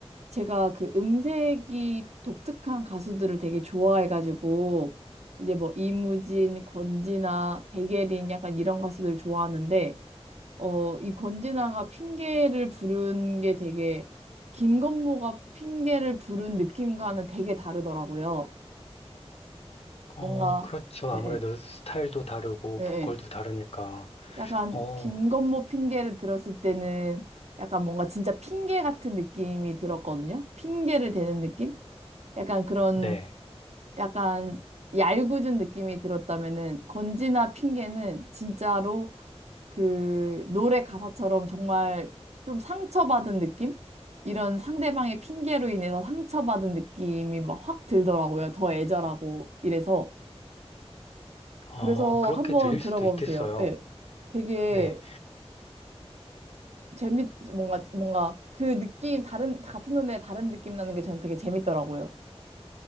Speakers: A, on the right; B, on the left.
A: 제가 그 음색이 독특한 가수들을 되게 좋아해가지고 이제 뭐 이무진, 권진아, 백예린 약간 이런 가수들 좋아하는데 어, 이 권진아가 핑계를 부른 게 되게 김건모가 핑계를 부른 느낌과는 되게 다르더라고요.
B: 어,
A: 뭔가
B: 그렇죠. 아무래도
A: 예,
B: 스타일도 다르고
A: 예, 예,
B: 보컬도
A: 예.
B: 다르니까.
A: 약간
B: 어,
A: 김건모 핑계를 들었을 때는 약간 뭔가 진짜 핑계 같은 느낌이 들었거든요. 핑계를 대는 느낌? 약간 그런
B: 네.
A: 약간 얄궂은 느낌이 들었다면은 건지나 핑계는 진짜로 그 노래 가사처럼 정말 좀 상처받은 느낌? 이런 상대방의 핑계로 인해서 상처받은 느낌이 막 확 들더라고요. 더 애절하고 이래서.
B: 아,
A: 그래서
B: 그렇게
A: 한번
B: 들릴
A: 들어봐
B: 수도 있겠어요.
A: 보세요. 예. 되게
B: 네.
A: 재밌, 뭔가, 뭔가 그 느낌, 다른, 같은 노래에 다른 느낌 나는 게 저는 되게 재밌더라고요.